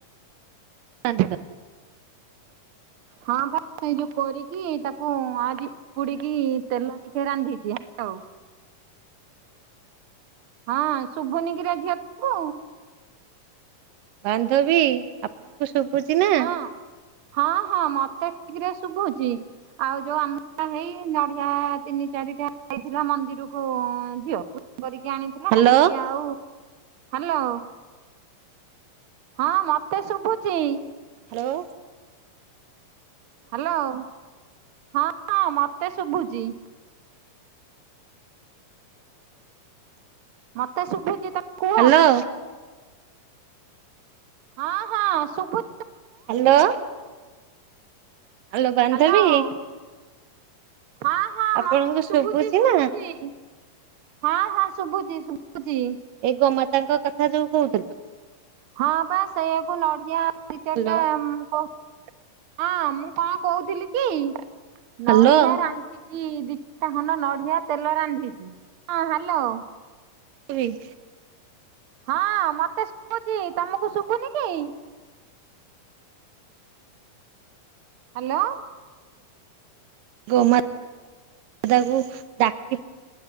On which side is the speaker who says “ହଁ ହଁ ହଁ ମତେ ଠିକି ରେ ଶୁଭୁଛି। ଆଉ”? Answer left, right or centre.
Right